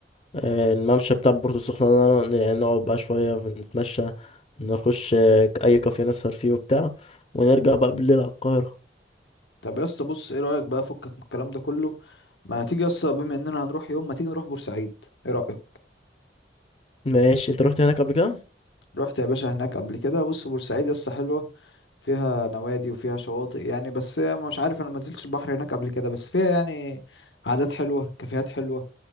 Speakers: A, on the left (about 35°); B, on the left (about 80°).
A: آه، الممشى بتاع بورتو السخنة ده ن- يعني نقعد بقى شوية نتمشى نخش آه، أي كافيه نسهر فيه وبتاع ونرجع بقى بالليل على القاهرة
B: طب يا اسطى بص ايه رأيك بقى فكك من الكلام ده كله ما تيجي يا اسطى بما اننا هنروح يوم ما تيجي نروح بورسعيد ايه رأيك
A: ماشي انت رحت هناك قبل كده؟
B: رحت يا باشا هناك قبل كده بص بورسعيد يا اسطى حلوة فيها نوادي وفيها شواطئ يعني بس هي مش عارف انا ما نزلتش البحر هناك قبل كده بس فيها يعني عادات حلوة كافيهات حلوة